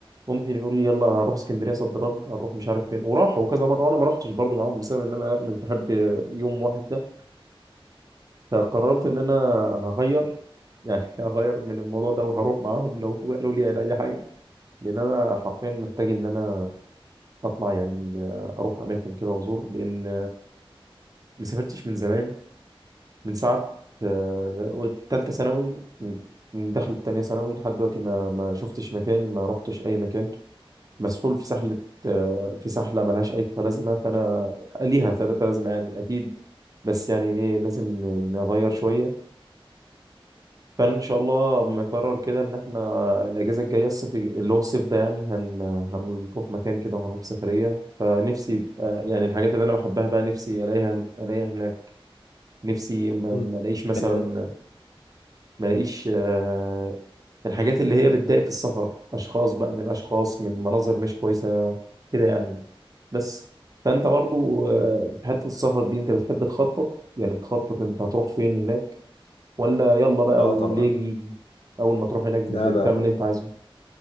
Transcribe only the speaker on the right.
ممكن يقولوا لي يلا هروح اسكندريه صد رد هروح مش عارف فين وراحوا كذا مره وانا ما رحتش برضو معاهم بسبب ان انا لا مش بحب يوم واحد ده فقررت ان انا هغير يعني <laughs> هغير من الموضوع ده وهروح معاهم لو قالوا لي على اي حاجه لان انا حرفيا محتاج ان انا اطلع يعني آه، اروح اماكن كده وازور لان ما سافرتش من زمان من ساعة آه، تالتة ثانوي من من دخلة تانية ثانوي لحد دلوقتي ما ما شفتش مكان ما رحتش أي مكان مسحول في سحلة آه، في سحلة ملهاش أي لازمة فأنا ليها تلاتة لازمة يعني أكيد بس يعني إيه لازم ن- نغير شوية فإن شاء الله مقرر كده إن إحنا الأجازة الجاية الصيف اللي هو الصيف ده يعني هن هنروح مكان كده وهنروح سفرية فنفسي آه، يعني الحاجات اللي أنا بحبها بقى نفسي ألاقيها ألاقيها هناك نفسي ما
ما الاقيش مثلا
ما الاقيش آه، الحاجات اللي هي بتضايق في السفر اشخاص بقى من اشخاص من مناظر مش كويسه كده يعني بس فانت برضو آه، في حته السفر دي انت بتحب تخطط يعني بتخطط انت هتروح فين هناك ولا يلا بقى
واللي
يجي يجي اول ما تروح هناك بت-
بتعمل
اللي انت عايزه